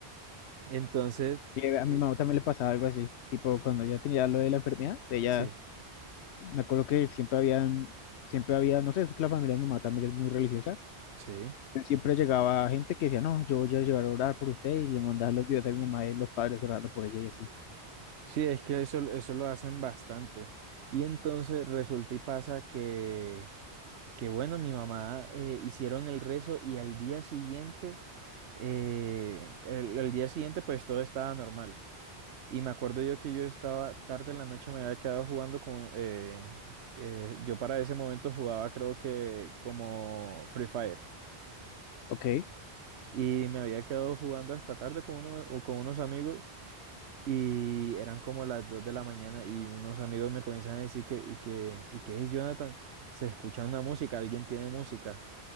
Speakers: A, on the right; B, on the left.
A: Entonces,
B: Eh, A mi
A: eh,
B: mamá también le pasaba algo así. Tipo, cuando ya tenía lo de la enfermedad, ella
A: sí,
B: me acuerdo que siempre habían, siempre había, no sé, es que la familia de mi mamá también es muy religiosa,
A: sí.
B: siempre llegaba gente que decía, no, yo voy a llegar a orar por usted y le mandaba los videos a mi mamá y los padres orando por ella y así.
A: Sí, es que eso, eso lo hacen bastante. Y entonces resulta y pasa que, que bueno, mi mamá eh, hicieron el rezo y al día siguiente, eh, el, el día siguiente pues todo estaba normal. Y me acuerdo yo que yo estaba tarde en la noche, me había quedado jugando con... eh, eh, yo para ese momento jugaba creo que como Free Fire.
B: Ok.
A: Y me había quedado jugando hasta tarde con uno, o con unos amigos. Y eran como las 2 de la mañana y unos amigos me comienzan a decir que, y que, y que, "Hey, Jonathan, se escucha una música, alguien tiene música.